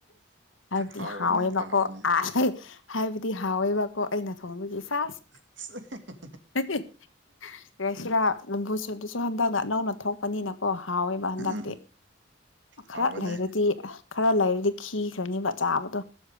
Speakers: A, on the left; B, on the right.
A: ꯍꯥꯏꯕꯗꯤ
B: ꯍꯥꯎꯕꯅꯦ
A: ꯍꯥꯎꯋꯦꯕꯀꯣ
B: ꯍꯥꯎꯕꯅꯦ
A: ꯑ ꯍꯥꯏꯕꯗꯤ ꯍꯥꯎꯋꯦꯕꯀꯣ ꯑꯩꯅ ꯊꯣꯡꯕꯒꯤ ꯁꯥꯁ
B: <inaudible>
A: <unintelligible> ꯔꯦꯁꯤꯌꯥ ꯂꯝꯕꯨ ꯁꯨꯠꯇꯨꯁꯨ ꯍꯟꯗꯛꯛꯅ ꯅꯧꯅ ꯊꯣꯛꯄꯅꯤꯅ ꯍꯥꯎꯋꯦꯕ ꯍꯟꯗꯛꯇꯤ
B: ꯎꯝ
A: ꯈꯔ
B: ꯍꯥꯎꯕꯅꯦ
A: ꯂꯩꯔꯗꯤ ꯈꯔ ꯂꯩꯔꯗꯤ ꯈꯤꯈ꯭ꯔꯅꯤꯕ ꯆꯥꯕꯗꯣ